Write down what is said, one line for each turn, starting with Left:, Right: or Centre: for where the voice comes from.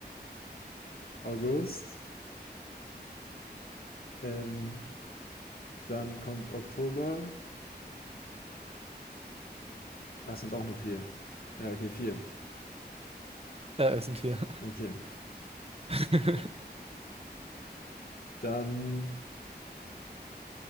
Left: August, ähm, Dann kommt Oktober. Ach, es sind auch nur vier. Ja, okay, vier.
Right: Ja, es sind vier.
Left: Okay.
Right: <laughs>
Left: Dann